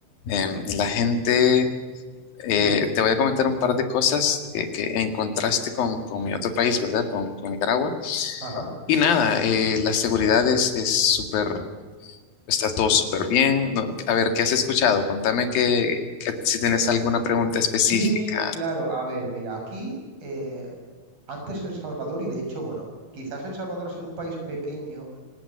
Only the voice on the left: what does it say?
em, la gente, eh,
te voy a comentar un par de cosas que, que en contraste con, con mi otro país, ¿verdad? Con, con Nicaragua.
Y nada, eh, la seguridad es es súper Está todo súper bien. No, a ver, ¿qué has escuchado? Contame que, que si tienes alguna pregunta específica.